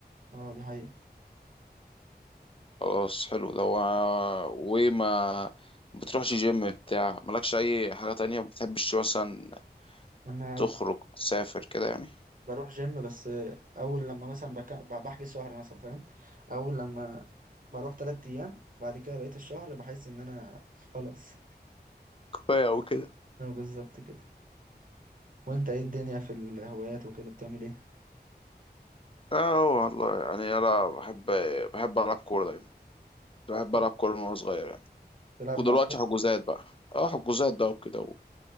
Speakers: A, on the right; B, on the left.
A: اه دي حقيقة
B: خلاص حلو ده و... وما بتروحش جيم بتاع مالكش أي حاجة تانية ما بتحبش مثلا
A: انا
B: تخرج تسافر كده يعني
A: بروح جيم بس اول لما مثلا بك... بحجز شهر مثلا فاهم اول لما بروح تلات ايام بعد كده بقيت الشهر بحس ان انا خلاص
B: كفايه او كده
A: اه بالظبط كده وانت ايه الدنيا في الهوايات وكده بتعمل ايه
B: اه والله يعني انا بحب بحب العب كوره دايما كنت بحب
A: كويس
B: العب كوره من وانا صغير يعني
A: تلعب
B: ودلوقتي
A: مع اصحابك
B: حجوزات بقى اه حجوزات بقى وكده